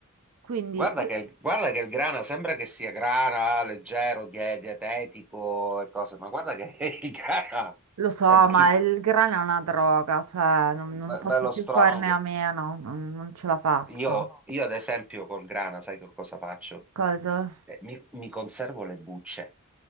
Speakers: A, on the right; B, in the centre.
A: Quindi
B: Guarda che, il- guarda che il grana sembra che sia grana, leggero, die- dietetico e cose, ma guarda che <laughs> il grana
A: lo so,
B: è bello,
A: ma il grano è una droga, cioè non, non
B: be-
A: posso
B: bello
A: più
B: strong.
A: farne a meno, non, non ce la faccio.
B: Io, io ad esempio col grana, sai che cosa faccio?
A: Cosa?
B: Eh, Mi, mi conservo le bucce,